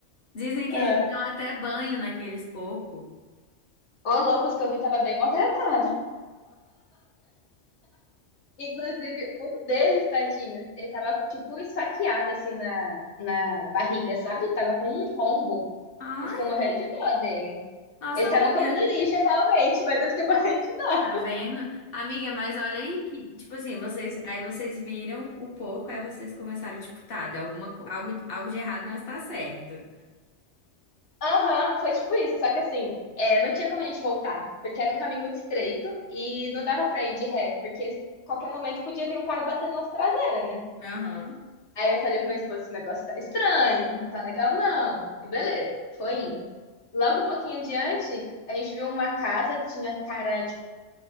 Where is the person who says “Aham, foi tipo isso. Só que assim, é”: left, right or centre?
Left